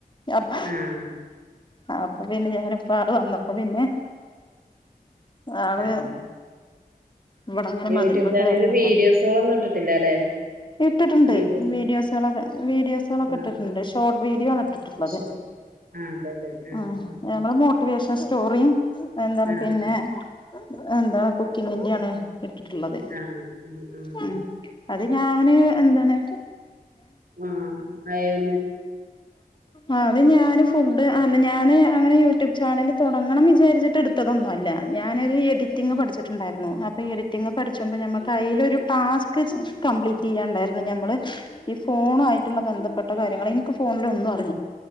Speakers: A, on the left; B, on the right.
A: അപ്പ
B: ഉം
A: അപ്പൊ പിന്നെ ഞാനപ്പോ ആള് വന്നപ്പോ പിന്നെ ആള്
B: ആഹ്
A: ഇവിടങ്ങനെ
B: യൂട്യൂബ്
A: മതിൽമേ
B: ചാനലില്
A: കേറി നിക്കാ
B: വീഡിയോസുകളൊന്നും ഇട്ടിട്ടില്ല അല്ലെ
A: ഇട്ടിട്ടുണ്ട്
B: വീഡിയോസ്
A: വീഡിയോസുകളൊക്കെ വീഡിയോസുകളൊക്കെ
B: ആഹ്
A: ഇട്ടിട്ടുണ്ട് ഷോർട്ട് വീഡിയോ ആണ് ഇട്ടിട്ടുള്ളത്
B: ശോ ആഹ് അതെല്ലേ ആഹ്
A: ഉ
B: ആഹ്
A: മ്മള് മോട്ടിവേഷൻ സ്റ്റോറിയും എന്താണ്
B: ആഹ്
A: പിന്നെ എന്താണ് കുക്കിങ്ങിന്റൊണ് ഇട്ടിട്ടുള്ളത്
B: ആഹ് ആഹ് ആഹ്
A: ഉ അത് ഞാന് എന്താണ്
B: ആഹ അ
A: ആഹ ത് ഞൻ ഫുഡ് അല്ല ഞൻ അങ്ങനെ യൂട്യൂബ് ചാനൽ തുടങ്ങണം വിചാരിച്ചിട്ട് എടുത്തതൊന്ന ഞാനൊ എഡിറ്റിങ് പഠിച്ചിട്ടുണ്ടായിരുന്നു അപ്പൊ എഡിറ്റിംഗ് പഠിച്ചുമ്പോൾ നമ്മക്ക് കയ്യിലൊ ഒരു ടാസ്ക് കംപ്ലീറ്റ് ചെയ്യാുണ്ടായിരുന്നു ഞമ്മൾ ഈ ഫോണു ആയിട്ടുള്ള ബന്ധപ്പെട്ട നിോണന്നും